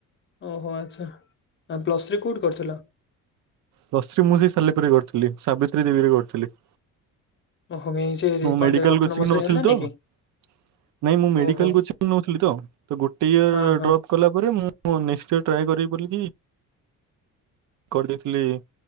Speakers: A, on the left (about 35°); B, on the right (about 60°).
A: ଓହୋ ଆଚ୍ଛା । ଆ ପ୍ଲସ ଥ୍ରୀ କୋଉଠୁ କରିଥିଲ?
B: ପ୍ଲସ ଥ୍ରୀ ମୁଁ ସେଇ ସାଲେପୁରରେ କରିଥିଲି । ସାବିତ୍ରୀ ଦେବୀରେ କରୁଥିଲି ।
A: ଓହୋ ଏଇ ସେ
B: ମୁଁ
A: କଲେ
B: ମେଡିକାଲ
A: ଅଟୋନମସ
B: କୋଚିଂ ନଉଥିଲି
A: ରେ ହେଲାନି
B: ତ ।
A: କି
B: ନାଇଁ ମୁଁ ମେଡିକାଲ
A: ଓହୋ
B: କୋଚିଂ ନଉଥିଲି ତ । ତ ଗୋଟେ ଇୟର୍
A: ହଁ ହଁ।
B: ଡ୍ରପ କଲା ପରେ ମୁଁ ମୁଁ ନେକ୍ସଟ୍ ଇୟର ଟ୍ରାଏ କରିବି ବୋଲି କି କରିଦେଇଥିଲି ।